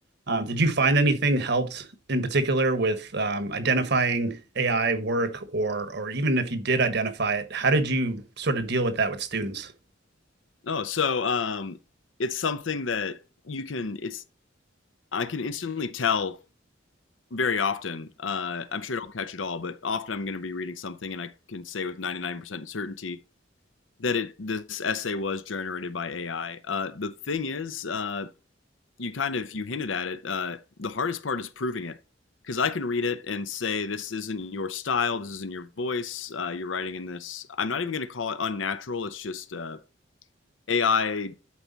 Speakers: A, on the right; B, on the left.
A: um, did you find anything helped in particular with um, identifying AI work or or even if you did identify it, how did you sort of deal with that with students?
B: Oh, so um, it's something that you can. It's I can instantly tell very often. Uh, I'm sure I don't catch it all, but often I'm going to be reading something and I can say with 99% certainty that it this essay was generated by AI. Uh, the thing is, uh, you kind of you hinted at it. Uh, the hardest part is proving it because I can read it and say this isn't your style, this isn't your voice. Uh, you're writing in this. I'm not even going to call it unnatural. It's just uh, AI